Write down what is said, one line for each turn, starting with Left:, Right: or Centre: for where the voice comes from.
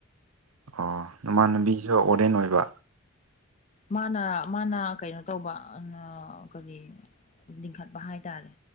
Right: ꯑꯣ ꯃꯃꯥꯟꯕꯤꯁꯨ ꯋꯥꯔꯗꯦꯟ ꯑꯣꯏꯕ
Left: ꯃꯥꯅ ꯃꯥꯅ ꯀꯩꯅꯣ ꯇꯧꯕ ꯀꯔꯤ ꯂꯤꯡꯈꯠꯄ ꯍꯥꯏꯇꯥꯔꯦ